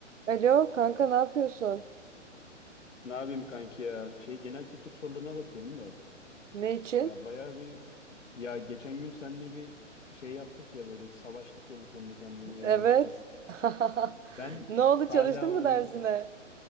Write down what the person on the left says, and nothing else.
Ne yapayım kanki ya? Şey genel kültür sorularına bakıyordum da.
Ya bayağı bir ya geçen gün seninle bir şey yaptık ya böyle savaştık ya bu konuda sen beni ezmiştin.
Ben
hala
onun